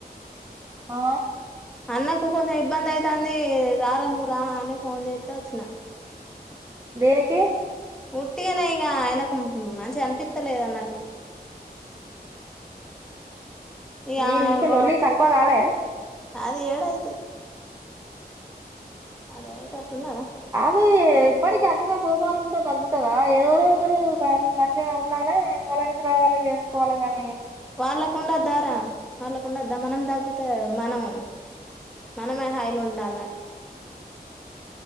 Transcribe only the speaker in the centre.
అన్నకు కొంచెం ఇబ్బంది అయితాంది. రారా నువ్వు రా అని ఫోన్ చేత్తే వచ్చిన.
ఉట్టిగానే ఇక ఆయనకు మంచిగా అనిపిత్త లేదు అన్నట్టు. ఇగ
ఆమెకు
అది ఏడైతది. అదైతే ఉన్నదా
వాళ్లకుండద్దారా, వాళ్ళకండద్దా మనం దగ తకతే మనం మనమే హాయిలు ఉండాలి.